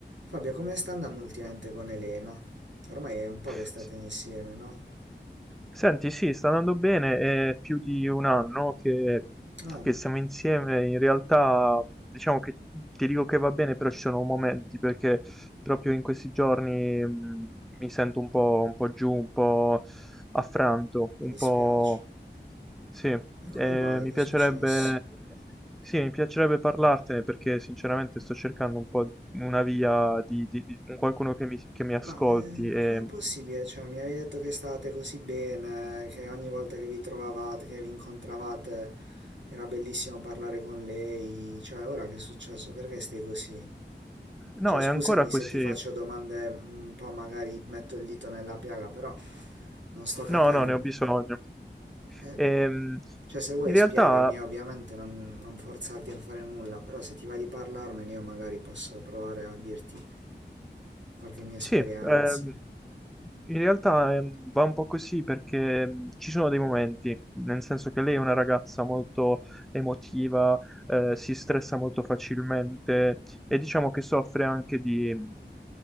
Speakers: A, on the right; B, in the centre.
A: Fabio, come sta andando ultimamente con Elena? Ormai è un po'
B: S-
A: che state insieme, no?
B: Senti, sì, sta andando bene, è più di un anno che,
A: Oh,
B: che siamo insieme, in realtà mh, diciamo che ti dico che va bene, però ci sono momenti perché proprio in questi giorni mh, mi sento un po', un po' giù, un po' affranto, un
A: mi dispiace.
B: po'... Sì,
A: E come
B: eh,
A: mai?
B: mi
A: Che
B: piacerebbe...
A: è successo?
B: Sì, mi piacerebbe parlartene perché sinceramente sto cercando un po' una via di, di- di- un qualcuno che mi, che mi ascolti
A: Ma, eh, ma
B: e
A: com'è possibile? Cioè, mi avevi detto che state così bene, che ogni volta che vi trovavate, che vi incontravate, era bellissimo parlare con lei. Cioè, ora che è successo? Perché stai così?
B: No,
A: Cioè,
B: è
A: scusami
B: ancora così.
A: se ti faccio domande un po' magari metto il dito nella piaga, però non sto capendo.
B: No, no, ne ho bisogno.
A: Eh,
B: Ehm,
A: Cioè, se vuoi
B: in realtà
A: spiegami, ovviamente non, non forzarti a fare nulla, però se ti va di parlarmene io magari posso provare a dirti qualche mia
B: Sì,
A: esperienza.
B: ehm, in realtà ehm, va un po' così perché mh, ci sono dei momenti, nel senso che lei è una ragazza molto emotiva, eh, si stressa molto facilmente e diciamo che soffre anche di, mh,